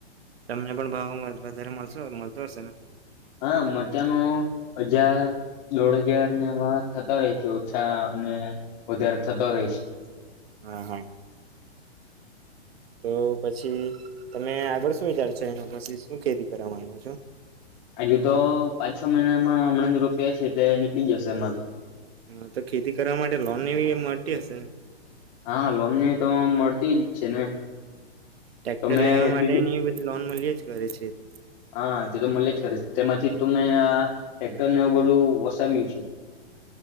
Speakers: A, on the right; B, on the left.
A: તમને પણ ભાવ વધારે મળ મળતો હશે ને.
B: હા મરચાંનો હજાર દોઢ હજાર વા થતા રહે છે ઓછા અને વધારે થતો રહે છે.
A: હા હા, તો પછી તમે આગળ શું વિચાર છો. એના પછી શું ખેતી કરવાવામાં આવ્યો છો.
B: આજુ તો પાંચ છ મહિના હમણાં રૂપિયા છે એટલે નીકળી જશે એમાં તો.
A: હા તો ખેતી કરવા માટે લોન એવી એ મળતી હશે.
B: હા <unintelligible> ને તો મળતી જ છે ને.
A: ટ્રેક્ટર
B: તમે
A: લેવા માટેની
B: લીધી
A: એ બધી લોન મળીએ. રજ કરે છે તો.
B: હા તે તો મળે જ ખરે છે. તેમાંથી ત મેં આ ટ્રેક્ટરને બધું વસાવ્યું છે.